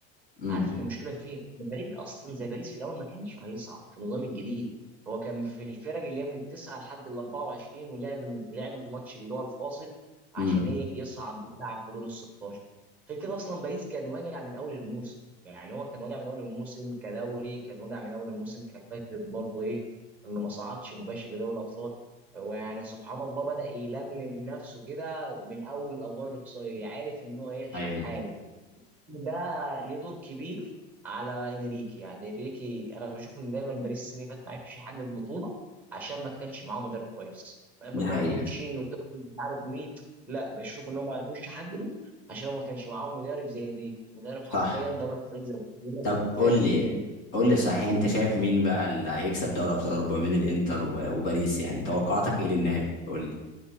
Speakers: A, on the left (about 45°); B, in the centre.
A: امم
B: عارف ان المشكله فين؟ ان فريق اصلا زي باريس في الاول ما كانش هيصعد في النظام الجديد هو كان في الفرق اللي هي من التسعه لحد ال 24 ولعب لعب الماتش اللي هو الفاصل عشان
A: امم
B: ايه يصعد ويلعب في دور ال 16 غير كده اصلا باريس كان واجع من اول الموسم يعني هو كان واجع من اول الموسم كدوري كان واجع من اول الموسم كفكره برضه ايه انه ما صعدش مباشر لدوري الابطال هو يعني سبحان الله بدأ يلملم نفسه كده من اول الادوار الاقصائيه عارف ان هو يلحق
A: ايوه
B: حاله ده ليه دور كبير على انريكي يعني انريكي انا بشوف ان دايما باريس السنه اللي فاتت ما عرفش يحقق بطوله عشان ما كانش معاه مدرب كويس بوتشيني
A: ده حقيقي
B: وتوخيل مش عارف مين لا بشوف ان هم ما عرفوش يحققوا عشان هو ما كانش معاهم مدرب زي انريكي مدرب
A: صح
B: حرفيا درب فريق زي برشلونه
A: طب قول
B: فاهم
A: لي
B: الدنيا
A: قول لي صحيح انت شايف مين بقى اللي هيكسب دوري ابطال اوروبا من الانتر و- وباريس يعني توقعاتك ايه للنهائي قول لي